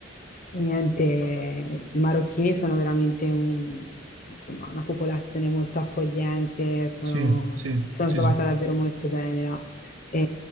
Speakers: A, on the left; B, on the right.
A: e niente, i marocchini sono veramente un- insomma, una popolazione molto accogliente, sono,
B: Sì, sì,
A: sono
B: sì,
A: trovata
B: sì.
A: davvero molto bene là. E,